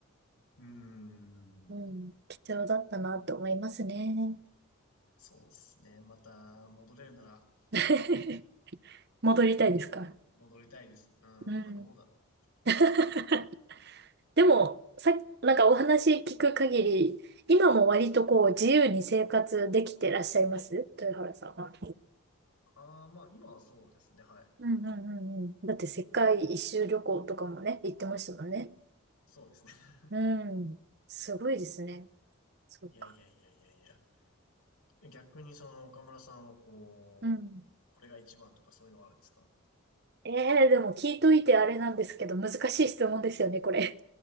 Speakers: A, on the left; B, on the right.
A: うーん。
B: うん、貴重だったなと思いますね。
A: そうですね。また戻れるなら
B: <laughs> 戻りたいですか
A: 戻りたいです。うーん、
B: うん。
A: まあどうだろ
B: <laughs> でも、さっき、なんかお話聞く限り、今も割とこう自由に生活できてらっしゃいます豊原さんは。
A: う。ああ、まあ今はそうですね。はい。
B: うんうんうんうん。だって世界一周旅行とかもね、行ってましたもんね。
A: そうですね。<laughs>
B: うん。すごいですね。そうか。
A: いやいやいやいやいや。逆にその岡村さんはこう、
B: うん。
A: これが一番とかそういうのはあるんですか
B: ええでも聞いといてあれなんですけど、難しい質問ですよね、これ。